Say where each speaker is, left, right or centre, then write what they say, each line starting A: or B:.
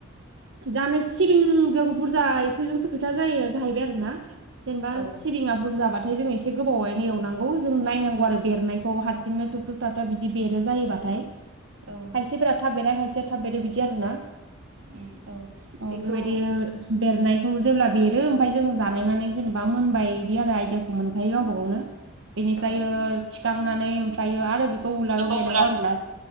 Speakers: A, on the right; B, on the right.
A: जानाय सिबिंजों बुरजा एसेजोंसो खोथा जायो। जाहैबाय आरोना जेनेबा
B: आरो औ
A: सिबिङा बुरजाबा थाय जों एसे गोबावैनो एवनांगौ जों नायनांगौ आरो बेरनाय खौ हारसिंनो थुब थुुब थाबथाब बिदि बेरो जायोबाथाय।
B: औ
A: खायसेफोरा थाब बेेरा खाय से थाब बेरो बिदि आरोना।
B: उम औ
A: ओ
B: बेखौ
A: बेबायदि बेरनाय खौ जेब्ला बेरो ओमफ्राय जों जानायनानै जेनेबा मोनबाय इदि आरो आइदियाखौ मोनखायो गावबा गावनो। बेनिफ्रायो
B: औ
A: थिखांनानै ओमफ्रायो आरो बि खौ उलाराव
B: बेखौ
A: देनांगौ
B: उलार
A: आरोना